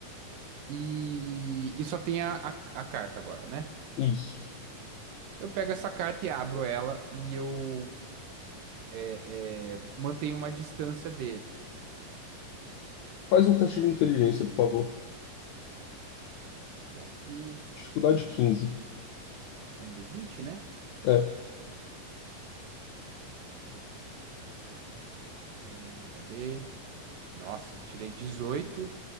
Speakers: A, on the right; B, on the left.
A: E, e só tem a, a, a carta agora, né?
B: isso.
A: Eu pego essa carta e abro ela e eu é, é, mantenho uma distância dele.
B: Faz um teste de inteligência, por favor.
A: Vou pegar aqui,
B: Dificuldade
A: é
B: quinze
A: um, é um d vinte né?
B: É,
A: É, cadê? Nossa, eu tirei 18